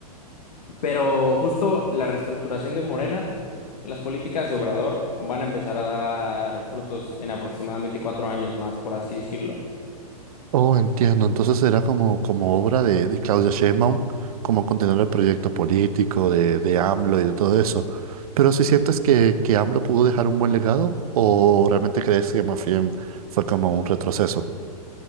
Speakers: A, on the left; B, on the right.
A: Pero justo la reestructuración de Morena, las políticas de Obrador van a empezar a dar frutos en aproximadamente cuatro años más, por así decirlo.
B: Oh, entiendo, entonces era como, como obra de, de Claudia Sheinbaum, como continuar el proyecto político de, de AMLO y de todo eso. Pero si sientes que, que AMLO pudo dejar un buen legado o realmente crees que más bien fue como un retroceso?